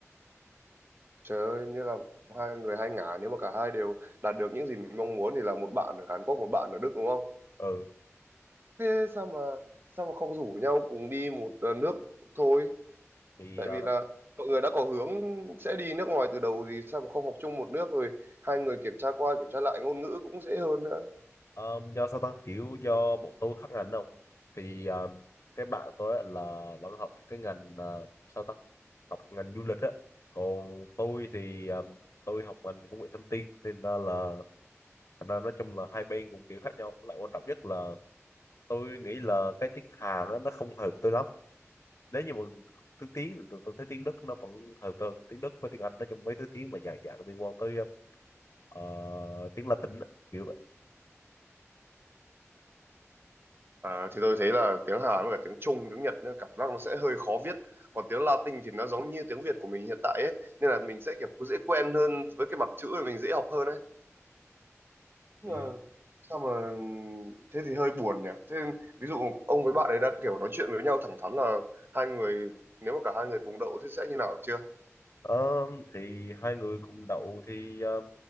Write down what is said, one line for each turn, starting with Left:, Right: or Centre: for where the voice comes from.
Right: Trời ơi, như là hai người hai ngả nếu mà cả hai đều đạt được những gì mình mong muốn thì là một bạn ở Hàn Quốc một bạn ở Đức đúng không?
Left: ừ
Right: Thế sao mà sao mà không rủ nhau cùng đi một ờ, nước thôi?
Left: thì
Right: Tại
Left: à,
Right: vì là mọi người đã có hướng sẽ đi nước ngoài từ đầu thì sao mà không học chung một nước rồi hai người kiểm tra qua kiểm tra lại ngôn ngữ cũng dễ hơn nữa.
Left: Ờ, do sao ta kiểu do bọn tôi khác ngành không thì ờ, cái bạn tôi á là vẫn học cái ngành ờ, sao ta học ngành du lịch á còn tôi thì ờ, tôi học ngành công nghệ thông tin nên ra là thành ra nói chung là hai bên cũng kiểu khác nhau lại quan trọng nhất là tôi nghĩ là cái tiếng Hàn á, nó không hợp tôi lắm nếu như mà thứ tiếng thì tôi, tôi thấy tiếng Đức nó vẫn hợp tôi hơn tiếng Đức với tiếng Anh nói chung mấy thứ tiếng mà dạng dạng liên quan tới ờ, tiếng Latin á, kiểu vậy
Right: À, thì tôi thấy là tiếng Hàn với cả tiếng Trung, tiếng Nhật nữa, cảm giác nó sẽ hơi khó viết. Còn tiếng Latin thì nó giống như tiếng Việt của mình hiện tại ấy, nên là mình sẽ kiểu dễ quen hơn với cái mặt chữ rồi mình dễ học hơn ấy. Mà
Left: ừ.
Right: sao mà thế thì hơi buồn nhỉ thế ví dụ ông với bạn ấy đã kiểu nói chuyện với nhau thẳng thắn là hai người nếu mà cả hai người cùng đậu thì sẽ như nào chưa
Left: Ờ, thì hai người cùng đậu thì ờ,